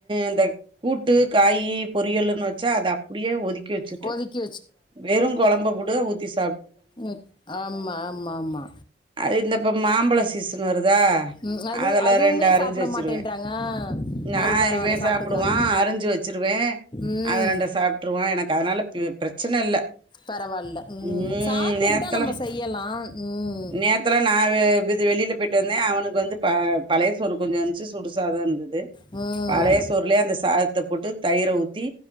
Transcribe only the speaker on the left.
ஒதுக்கி
ஓப் ஆமா ஆமா ஆமா
ம் அது
அதுவுமே
சாப்பிட
மாட்டேன்றாங்க
அது பரவாயில்ல சாப்பிட்டுக்கிறாங்க
ம்
பரவாயில்ல
சாப்பிட்டுக்கிட்டா
நம்ம செய்யலாம் ம்
ம்